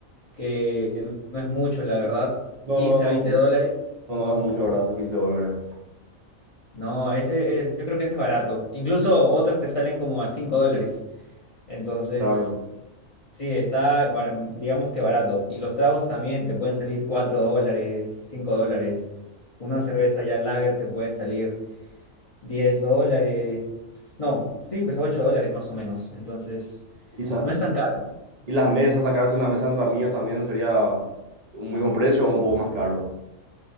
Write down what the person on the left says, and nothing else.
que no no es mucho, la verdad.
quince
a veinte dólares.
No, ese es, yo creo que es barato. Incluso otras te salen como a 5 dólares. Entonces,
Sí, está, bar- digamos que barato. Y los tragos también te pueden salir 4 dólares, 5 dólares. Una cerveza ya lager te puede salir 10 dólares. No, sí, pues 8 dólares más o menos. Entonces,
no es tan caro.